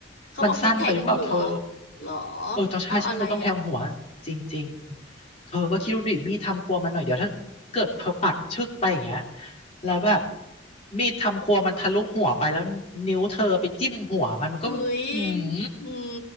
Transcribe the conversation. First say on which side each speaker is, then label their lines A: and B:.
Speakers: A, on the left; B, on the left.
A: เขาบอกให้แทงหัว
B: มันสั้นไปหรือเปล่าเธอ
A: หรอ
B: เออต้องใช่ใช่ต้องแทงหัวจริง
A: เอาอะไรอ่ะ
B: ๆ เธอก็คิดดูดิมีดทำครัวมันหน่อยเดี๋ยวถ้าเกิดเธอปักชึกไปอย่างเงี้ยแล้วแบบมีดทำครัวมันทะลุหัวไปแล้วนิ้วเธอไปจิ้มหัวมันมันก็อืม
A: อุ๊ยอืม